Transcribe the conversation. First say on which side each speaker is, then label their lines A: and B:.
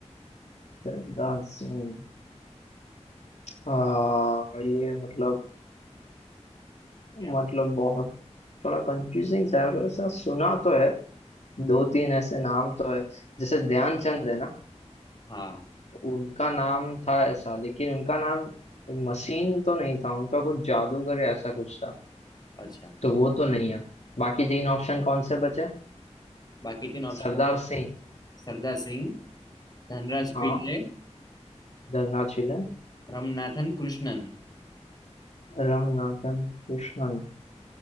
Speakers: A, on the left; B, on the left.
A: सरदार सिंह आ, ये मतलब
B: क्या हुआ?
A: मतलब बहुत थोड़ा कंफ्यूजिंग सा है मतलब ऐसा सुना तो है दो तीन ऐसे नाम तो है जैसे ध्यानचंद है ना
B: हाँ
A: उनका नाम था ऐसा लेकिन उनका नाम मसीन तो नहीं था उनका कुछ जादूगर या ऐसा कुछ था
B: अच्छा
A: तो वो तो नहीं है बाकी तीन ऑप्शन कौन से बचे
B: बाकी तीन ऑप्शन
A: सरदार
B: है
A: सिंह
B: सरदार सिंह धनराज
A: हाँ
B: पिल्ले
A: धरना चिलम
B: रमनाथन कृष्णन
A: रमनाथन कृष्णन